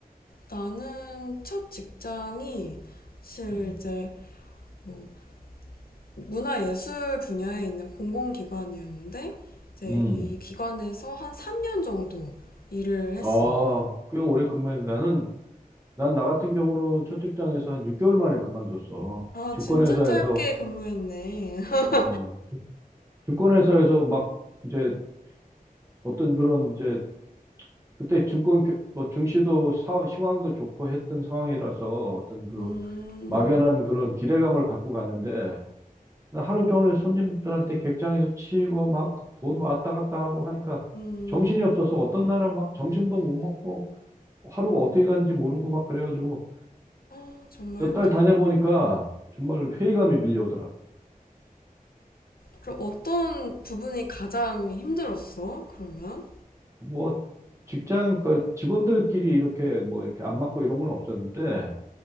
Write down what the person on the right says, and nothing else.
음.
음.
아, 꽤 오래 근무했는데 나는 난 나 같은 경우는 첫 직장에서 한 6개월 만에 그만뒀어.
증권회사에서
어, 증- 증권회사에서 막 이제 어떤 그런 이제 그때 증권 교- 뭐 증시도 사, 상황도 좋고 했던 상황이라서 어떤 그
막연한 그런 기대감을 갖고 갔는데 나 하루 종일 손님들한테 객장에서 치이고 막 돈 왔다 갔다 하고 하니까
정신이 없어서 어떤 날은 막 점심도 못 먹고 하루가 어떻게 갔는지 모르고 막 그래가지고
몇
달 다녀보니까 정말 회의감이 밀려오더라.
뭐 직장 그 직원들끼리 이렇게 뭐 이렇게 안 맞고 이런 건 없었는데